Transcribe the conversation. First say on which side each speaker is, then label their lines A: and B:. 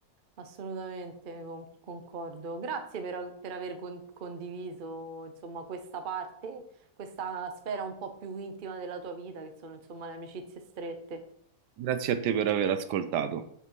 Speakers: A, on the right; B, on the right.
A: Assolutamente con- concordo. Grazie per, a- per aver con- condiviso, insomma, questa parte, questa sfera un po' più intima della tua vita, che sono, insomma, le amicizie strette.
B: Grazie a te per aver ascoltato.